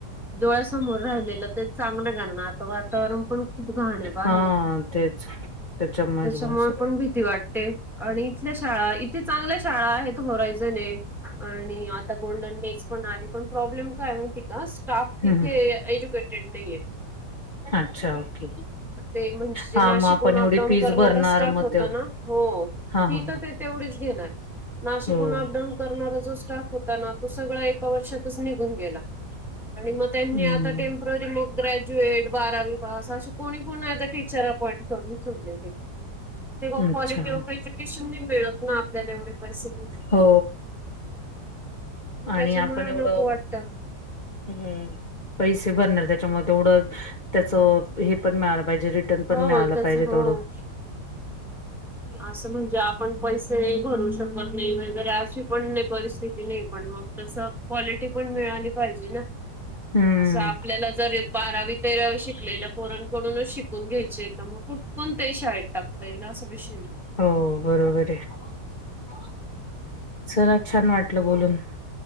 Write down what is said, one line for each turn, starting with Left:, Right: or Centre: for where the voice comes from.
Centre: डोळ्यासमोर राहिलेलं तेच चांगल कारण आता वातावरण पण खूप घाण हे बाहेर
Left: हां तेच त्याच्यामुळेच
Centre: त्याच्यामुळे
Left: बुवा असं.
Centre: पण भीती वाट ते आणि इथल्या शाळा इथे चांगल्या शाळा आहेत होरायजण हे आणि आता गोल्डन डेज पण आली पण प्रॉब्लेम काय माहिती का स्टाफ तिथे
Left: हं हं.
Centre: एज्युकेटेड नाहीेये.
Left: अच्छा ओके
Centre: ते म्हणजे जे
Left: हां
Centre: नाशिकहुन
Left: मग आपण एवढी
Centre: अपडाऊन
Left: फीज
Centre: करणारा
Left: भरणार
Centre: स्टाफ
Left: मग
Centre: होता
Left: तेवढं
Centre: ना हो की
Left: हां हां
Centre: हीत तर
Left: हां.
Centre: ते तेवढीच घेनार नाशिकहुन
Left: हो.
Centre: अपडाऊन करणारा जो स्टाफ होता ना तो सगळा ए एका वर्षातच निघून गेला आणि मग त्यांनी
Left: हम्म.
Centre: आता ते मग ग्रॅज्युएट बारावी पास अशे कोणी पण ऍज अ टीचर अपॉइंट करून ठेवलेले तेव्हा क्वालिटी
Left: अच्छा.
Centre: ऑफ एज्युकेशन नाही मिळत ना आपल्याला एवढे पैसे मिळून.
Left: हो
Centre: मग
Left: आणि
Centre: त्याच्यामुळे
Left: आपण एवढं
Centre: नको वाटतं.
Left: हम्म पैसे भरणार त्याच्यामुळे तेवढं त्याच हे पण मिळालं पाहिजे री टन पण
Centre: हो
Left: मिळायला
Centre: त्याच
Left: पाहिजे
Centre: हो.
Left: तेवढं
Centre: असं म्हणजे आपण पैसे भरू शकत नाही बर अशी पण नाही परिस्थिती नाही पण मग तसं काॅलिटी पण मिळाली पाहिजे ना
Left: हम्म
Centre: असं आपल्याला जर ए बारावी तेरावी शिकलेल्या पोरांकडूनच शिकून घ्यायचे तर मग कुठ पण ते शाळेत टाकता येईल असा विष हम्म
Left: हो बरोबर आहे चला छान वाटलं बोलून